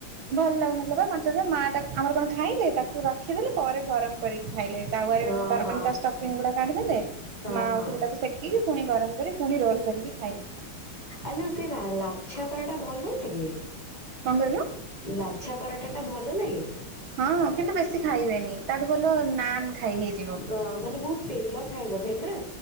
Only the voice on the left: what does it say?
ହଁ
ହଁ
ହଁ
ହଁ
ଆଲୋ ସେ ଲାଛା ପରାଟା ଭଲ ଲାଗେ?
ଲାଛା ପରଟା ଟା ଭଲ ଲାଗେ?
ଅହ ମାନେ ବହୁତ ତେଲ ଥାଏ ବୋଧେ ନା?